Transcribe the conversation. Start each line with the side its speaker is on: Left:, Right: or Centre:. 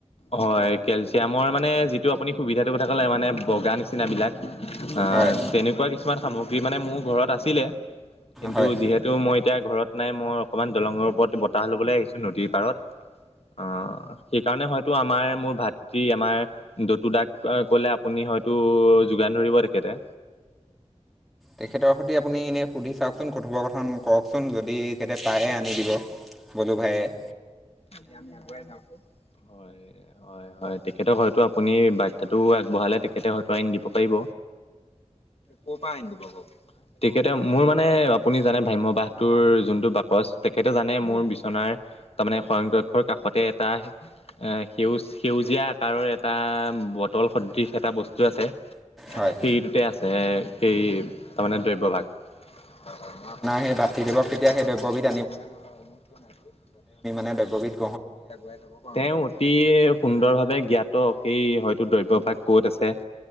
Left: হয় কেলচিয়ামৰ মানে যিটো আপুনি সুবিধাটো কথা ক'লে মানে বগা নিচিনাবিলাক। আহ
Centre: হয়
Left: তেনেকুৱা কিছুমান সামগ্ৰী মানে মোৰ ঘৰত আছিলে। কিন্তু
Centre: হয়
Left: যিহেতু মই এতিয়া ঘৰত নাই মই অকণমান দলঙৰ ওপৰত বতাহ ল'বলৈ আহিছোঁ নদীৰ পাৰত। অ সেইকাৰণে হয়তো আমাৰ মোৰ ভাতৃ আমাৰ দতু দাক কলে আপুনি। হয়তো যোগান ধৰিব তেখেতে।
Centre: তেখেতৰ সৈতে আপুনি এনেই সুধি চাওক। চোন কথোপকথন কওকচোন যদি তেয়া পায়ে আনি দিব বলো ভাইয়ে।
Left: আজি আমি আগুৱাই যাওঁ। হয় হয় তেখেতক হয়তো আপুনি বাৰ্তাটো আগবঢ়ালে তেখেতে হয়ত আইন দিব পাৰিব। ক'ৰ পৰা আন দিব আকৌ। তেখেতে মোৰ মানে আপুনি জানে ভ্ৰাম্যমাণ বাহটোৰ যোনটো বাকচ তেখেতে জানে মোৰ বিচনাৰ- তামানে। সংয়ক্ষৰ কাষতে এটা সেউজ সেউজীয়া আকাৰৰ এটা বটল স- ডিশ এটা বস্তু আছে।
Centre: হয়
Left: সেইটোত তে আছে এই তাৰমানে দ্ৰব্যভাগ। হয় হয় মই আপোনাৰ
Centre: সেই
Left: <unintelligible>
Centre: ভাতৃদেৱক তেতিয়া
Left: কেতিয়া
Centre: সেই
Left: কেবিধ
Centre: দ্ৰব্যবিধ
Left: আনিবলৈ মই অনুৰোধ জনাইছো যাতে আমি-
Centre: নাই বেগবীত।
Left: <unintelligible> তেওঁ অতি সুন্দৰ ভাৱে জ্ঞাত সেই হয়তো দ্ৰব্য ভাগ কত আছে?